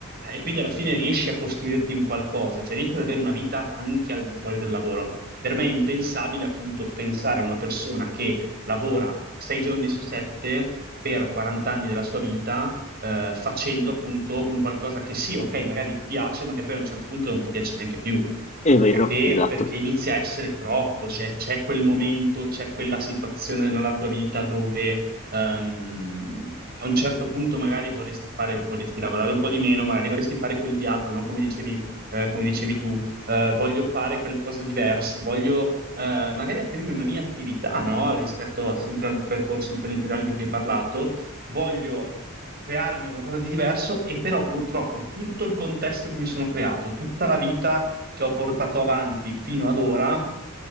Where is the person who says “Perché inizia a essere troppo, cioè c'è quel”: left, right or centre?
Right